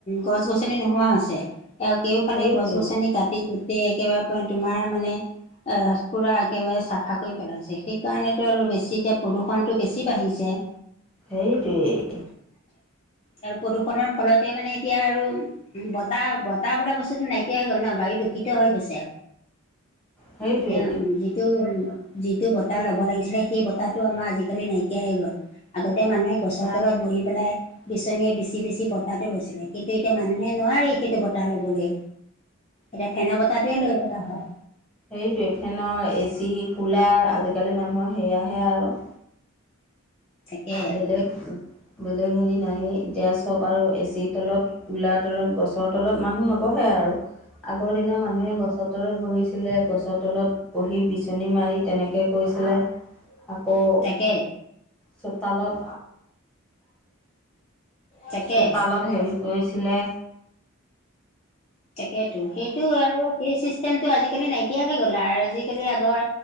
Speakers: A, on the left; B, in the centre.
A: গছ গছনি নোহোৱা হৈছে। আৰু কেওফালে
B: সেইটোৱে
A: গছ গছনি কাটি গোটেই একেবাৰে তোমাৰ মানে পূৰা একেবাৰে চাফা কৰি পেলাইছে সেইকাৰণেতো আৰু বেছি এতিয়া প্ৰদূষণটো বেছি বাঢ়িছে।
B: সেইটোৱেই।
A: আৰু প্ৰদূষণৰ ফলতে মানে এতিয়া আৰু উ বতাহ বতাহ বোলা বস্তুতটো নাইকিয়া হৈ গ'ল ন বাৰী দূষিত হৈ গৈছে।
B: সেইটোৱে
A: এতিয়া যিটো বতাহ ল'ব লাগিছিলে সেই বতাহটো আমাৰ আজিকালি নাইকিয়া হৈ গ'ল। আগতে মানুহে গছৰ
B: নাই
A: তলত বহি পেলাই বিচনীয়ে বেছি বেছি বতাহটো লৈছিলে কিন্তু এতিয়া মানুহে নোৱাৰে এই সেইটো বটাহ লবলৈ। এতিয়া ফেনৰ বতাহটোৱে লৈ থকা হয়।
B: সেইটোৱেফেনৰ এ চি কুলাৰ আজিকালি মানুহৰ সেয়াহে আৰু।
A: তাকে
B: বেলেগ বেলেগ হেৰি নাই এতিয়া চব আৰু এচি তলত কোলাৰ তলত গছৰ তলত মানুহ নবহে আৰু আগৰ দিনৰ মানুহে গছৰ তলত বহিছিলে গছৰ তলত পুহি বিচনী মাৰি তেনেকৈ কৰিৈছিলে আকৌ
A: তাক
B: চোতালত।
A: তাকে।
B: চোতালত হেৰি কৰিছিলে।
A: তাকেতো সেইটো আৰু কে চিষ্টেমটো আজিকালি নাইকিয়া হৈ গ'ল আৰু আজিকালি আগৰ